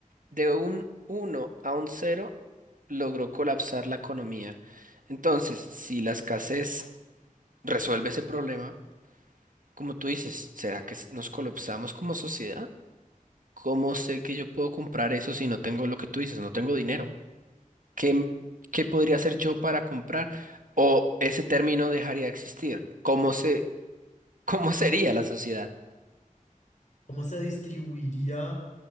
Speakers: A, on the right (about 70°); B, on the left (about 60°).
A: de un uno a un cero logró colapsar la economía. Entonces, si la escasez resuelve ese problema, como tú dices, ¿será que s- nos colapsamos como sociedad? ¿Cómo sé que yo puedo comprar eso si no tengo lo que tú dices, no tengo dinero? ¿Qué, qué podría hacer yo para comprar? ¿O ese término dejaría de existir? ¿Cómo se, <laughs> cómo sería la sociedad?
B: ¿Cómo se distribuiría?